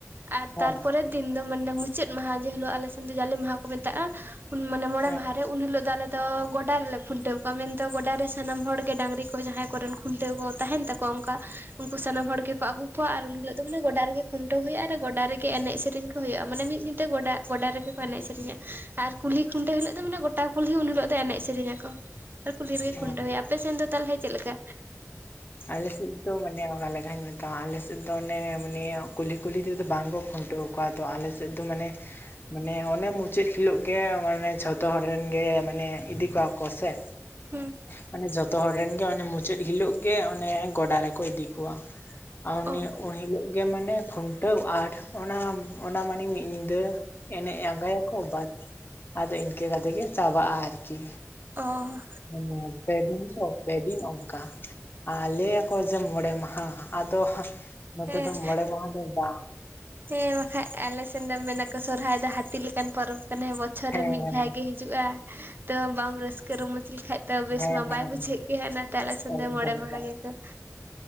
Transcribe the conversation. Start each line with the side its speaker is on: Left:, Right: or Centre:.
Right: ᱟᱨ
Left: ᱦᱮᱸ
Right: ᱛᱟᱨᱯᱚᱨᱮ ᱼᱼ ᱫᱤᱱ ᱫᱚ ᱢᱟᱱᱮ ᱢᱩᱪᱟᱹᱫ ᱢᱟᱦᱟ ᱡᱮ ᱦᱤᱞᱳᱜ ᱾ ᱟᱞᱮ ᱥᱮᱱ ᱫᱚ ᱡᱟᱞᱮ ᱢᱟᱦᱟ ᱠᱚ ᱢᱮᱛᱟᱜᱼᱟ, ᱩᱱ ᱢᱟᱱᱮ ᱢᱚᱬᱮ
Left: ᱦᱮᱸ
Right: ᱢᱟᱦᱟ ᱨᱮ ᱼᱼ ᱩᱱ ᱦᱤᱞᱚᱜ ᱫᱚ ᱟᱞᱮ ᱫᱚ ᱜᱚᱰᱟ ᱨᱮᱞᱮ ᱠᱷᱩᱱᱴᱟᱹᱣ ᱠᱚᱣᱟ। ᱢᱮᱱᱛᱮ ᱜᱚᱰᱟ ᱨᱮ ᱥᱟᱱᱟᱢ ᱦᱚᱲ ᱜᱮ ᱰᱟᱝᱨᱤ ᱠᱚ ᱡᱟᱦᱟᱸᱭ ᱠᱚᱨᱮᱱ ᱠᱷᱩᱱᱴᱟᱹᱣ ᱠᱚ ᱛᱟᱦᱮᱱ ᱛᱟᱠᱚᱼᱼ ᱠᱚ ᱚᱱᱠᱟ, ᱩᱱᱠᱩ ᱥᱟᱱᱟᱢ ᱦᱚᱲ ᱜᱮᱠᱚ ᱟᱹᱜᱩ ᱼᱼ ᱠᱚᱣᱟ। ᱟᱨ ᱩᱱ ᱦᱤᱞᱳᱜ ᱫᱚ ᱢᱟᱱᱮ ᱜᱚᱰᱟ ᱨᱮᱜᱮ ᱠᱷᱩᱱᱴᱟᱹᱣ ᱦᱩᱭᱩᱜᱼᱟ ᱟᱨ ᱜᱚᱰᱟ ᱨᱮᱜᱮ ᱮᱱᱮᱡ ᱥᱮᱨᱮᱧ ᱠᱚ ᱦᱩᱭᱩᱜᱼᱟ। ᱢᱟᱱᱮ ᱢᱤᱫ ᱫᱤᱱᱛᱮ ᱜᱚᱰᱟ ᱼᱼ ᱜᱚᱰᱟ ᱨᱮᱜᱮ ᱠᱚ ᱮᱱᱮᱡ ᱥᱮᱨᱮᱧᱟ, ᱟᱨ ᱠᱩᱞᱦᱤ ᱠᱷᱩᱱᱴᱟᱹᱣ ᱦᱤᱞᱳᱜ ᱫᱚ ᱢᱟᱱᱮ ᱜᱚᱴᱟ ᱠᱩᱞᱦᱤ ᱩᱱ ᱦᱤᱞᱚᱜ ᱫᱚ ᱮᱱᱮᱡ ᱥᱮᱨᱮᱧ ᱟᱠᱚ। ᱟᱨ ᱠᱩᱞᱦᱤ ᱨᱮᱜᱮ
Left: ᱦᱮᱸ
Right: ᱠᱷᱩᱱᱴᱟᱹᱣ ᱦᱩᱭᱩᱜᱼᱟ। ᱟᱯᱮ ᱥᱮᱱ ᱫᱚ ᱛᱟᱞᱦᱮ ᱪᱮᱫ ᱞᱮᱠᱟ?
Left: ᱟᱞᱮᱥᱮᱫ ᱫᱚ ᱢᱟᱱᱮ ᱚᱱᱟ ᱞᱮᱠᱟᱧ ᱢᱮᱛᱟᱢᱟ ᱟᱯᱮ ᱥᱮᱫ ᱫᱚ ᱢᱟᱱᱮ ᱠᱩᱞᱦᱤ ᱠᱩᱞᱦᱤ ᱛᱮᱫᱚ ᱵᱟᱝᱠᱚ ᱠᱷᱩᱱᱴᱟᱹᱣ ᱼᱼ ᱠᱚᱣᱟ ᱛᱚ। ᱟᱞᱮ ᱥᱮᱫ ᱫᱚ ᱢᱟᱱᱮ ᱼᱼ ᱢᱟᱱᱮ ᱚᱱᱮ ᱢᱩᱪᱟᱹᱫ ᱦᱤᱞᱳᱜ ᱜᱮ, ᱢᱟᱱᱮ ᱡᱷᱚᱛᱚ ᱦᱚᱲ ᱨᱮᱱ ᱜᱮ ᱢᱟᱱᱮ ᱤᱫᱤ ᱠᱚᱣᱟ ᱠᱚ ᱥᱮ
Right: ᱦᱩᱸ
Left: ᱢᱟᱱᱮ ᱡᱷᱚᱛᱚ ᱦᱚᱲ ᱨᱮᱱ ᱜᱮ ᱚᱱᱮ ᱢᱩᱪᱟᱹᱫ ᱦᱤᱞᱳᱜ ᱼᱼ ᱜᱮ ᱚᱱᱮ ᱜᱚᱰᱟ ᱨᱮᱠᱚ ᱤᱫᱤ ᱠᱚᱣᱟ। ᱟᱨ ᱩᱱᱤ
Right: ᱚ
Left: ᱩᱱ ᱦᱤᱞᱚᱜ ᱼᱼ ᱜᱮ ᱢᱟᱱᱮ ᱠᱷᱩᱱᱴᱟᱹᱣ। ᱟᱨ ᱚᱱᱟ ᱚᱱᱟ ᱢᱟᱱᱮ ᱢᱤᱜ ᱧᱤᱫᱟᱹ ᱼᱼ ᱮᱱᱮᱡ ᱟᱸᱜᱟᱭᱟᱠᱚ, ᱵᱟᱥ ᱟᱫᱚ ᱤᱱᱠᱟᱹ ᱠᱟᱛᱮ ᱜᱮ ᱪᱟᱵᱟᱜᱼᱟ ᱟᱨᱠᱤ
Right: ᱚᱦ
Left: ᱚᱱᱟ ᱯᱮ ᱫᱤᱱ ᱛᱚ? ᱯᱮ ᱫᱤᱱ ᱚᱝᱠᱟ। ᱟᱨ ᱞᱮᱭᱟᱠᱚ ᱡᱮ ᱢᱚᱬᱮ ᱢᱟᱦᱟ, ᱟᱫᱚ ᱼᱼ ᱱᱚᱛᱮ
Right: ᱦᱮᱸ
Left: ᱫᱚ ᱢᱚᱲᱮ ᱢᱟᱦᱟ ᱫᱚ ᱵᱟᱝ।
Right: ᱦᱮᱸ ᱵᱟᱠᱷᱟᱡ ᱟᱞᱮ ᱥᱮᱱ ᱫᱚ ᱢᱮᱱᱟ ᱠᱚ ᱥᱚᱨᱦᱟᱭ ᱫᱚ ᱦᱟᱹᱛᱤ ᱞᱮᱠᱟᱱ ᱯᱚᱨᱚᱵᱽ ᱠᱟᱱᱟ। ᱵᱚᱪᱷᱚᱨ
Left: ᱦᱮᱸ
Right: ᱨᱮ ᱢᱤᱫ
Left: ᱦᱮᱸ
Right: ᱫᱷᱟᱣ ᱜᱮ ᱦᱤᱡ <unintelligible> ᱼᱼ ᱦᱤᱡᱩᱜᱼᱟ ᱛᱚ ᱵᱟᱢ ᱨᱟᱹᱥᱠᱟᱹ ᱨᱚᱢᱚᱡᱽ ᱞᱮᱠᱷᱟᱡ ᱼᱼ ᱛᱚ ᱵᱮᱥ
Left: ᱦᱮᱸ
Right: ᱢᱟ
Left: ᱦᱮᱸ
Right: ᱵᱟᱭ
Left: ᱦᱮᱸ
Right: ᱵᱩᱡᱷᱟᱹᱜ ᱜᱮ। ᱚᱱᱟᱛᱮ ᱟᱞᱮ ᱥᱮᱱ
Left: ᱮᱠᱫᱚᱢ
Right: ᱫᱚ ᱢᱚᱬᱮ ᱢᱟᱦᱟ ᱜᱮ ᱠᱚ ᱼᱼ